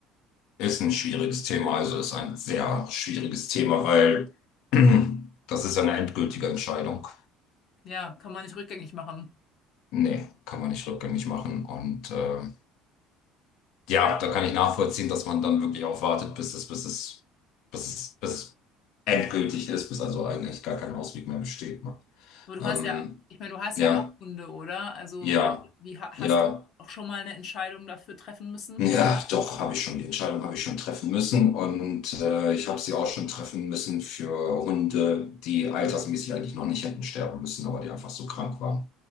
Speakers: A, on the left; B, on the left.
A: Ist ein schwieriges Thema, also ist ein sehr schwieriges Thema, weil <clears throat> das ist eine endgültige Entscheidung.
B: Ja, kann man nicht rückgängig machen.
A: Nee, kann man nicht rückgängig machen. Und äh, ja, da kann ich nachvollziehen, dass man dann wirklich auch wartet, bis es, bis es, bis es, bis es endgültig ist, bis also eigentlich gar kein Ausweg mehr besteht. Ne?
B: Aber du
A: Ähm,
B: hast ja, ich meine, du hast
A: ja,
B: ja auch Hunde, oder? Also
A: ja,
B: wie, wie ha-
A: ja.
B: hast du auch schon mal eine Entscheidung dafür treffen müssen?
A: Hm. Ja, doch, habe ich schon, die Entscheidung habe ich schon treffen müssen und äh, ich habe sie auch schon treffen müssen für Hunde, die altersmäßig eigentlich noch nicht hätten sterben müssen, aber die einfach so krank waren.